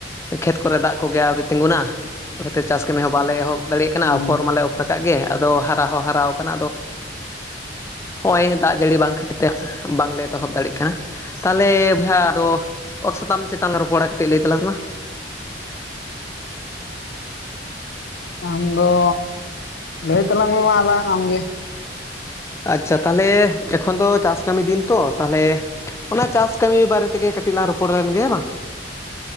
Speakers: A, on the left (about 15°); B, on the left (about 65°).
A: ᱠᱷᱮᱛ ᱠᱚᱨᱮ ᱫᱟᱜ ᱠᱚᱜᱮ ᱟᱹᱣᱨᱤ ᱛᱤᱸᱜᱩᱱᱟ, ᱚᱱᱟ ᱠᱷᱟᱹᱛᱤᱨ ᱪᱟᱥ ᱠᱟᱹᱢᱤ ᱦᱚᱸ ᱵᱟᱞᱮ ᱮᱦᱚᱵ ᱫᱟᱲᱮᱭᱟᱜ ᱠᱟᱱᱟ
B: ᱦᱩᱸ
A: ᱟᱯᱷᱚᱨ ᱢᱟᱞᱮ ᱟᱯᱷᱚᱨ ᱠᱟᱜ ᱜᱮ ᱟᱫᱚ ᱦᱟᱨᱟ ᱦᱚᱸ ᱦᱟᱨᱟᱣ ᱠᱟᱱᱟ ᱟᱫᱚ ᱦᱚᱸᱜᱼᱚᱭ ᱫᱟᱜ ᱡᱟᱹᱲᱤ ᱵᱟᱝ ᱠᱷᱟᱹᱛᱤᱨ ᱛᱮ ᱵᱟᱝᱞᱮ ᱮᱛᱚᱦᱚᱵ ᱫᱟᱲᱮᱜ ᱠᱟᱱᱟ ᱾ ᱛᱟᱦᱚᱞᱮ ᱵᱚᱭᱦᱟ ᱟᱫᱚ ᱚᱠᱟ ᱥᱟᱛᱟᱢ ᱪᱮᱛᱟᱱ ᱞᱟᱝ ᱨᱚᱯᱚᱲᱟ ᱠᱟᱹᱴᱤᱡ ᱞᱟᱹᱭ ᱛᱟᱞᱟᱝ ᱢᱟ?
B: ᱟᱢ ᱫᱚ, ᱞᱟᱹᱭ ᱛᱟᱞᱟᱝ ᱢᱮ ᱟᱢ ᱜᱮ᱾
A: ᱟᱪᱪᱷᱟ ᱛᱟᱦᱚᱞᱮ ᱮᱠᱷᱚᱱ ᱫᱚ ᱪᱟᱥ ᱠᱟᱹᱢᱤ ᱫᱤᱱ ᱛᱚ ᱛᱟᱦᱚᱞᱮ ᱚᱱᱟ ᱪᱟᱥ ᱠᱟᱹᱢᱤ ᱵᱟᱨᱮ ᱛᱮᱜᱮ ᱠᱟᱹᱴᱤᱡ ᱞᱟᱝ ᱨᱚᱯᱚᱲ ᱞᱮᱱ ᱜᱮ ᱦᱮᱸ ᱵᱟᱝ?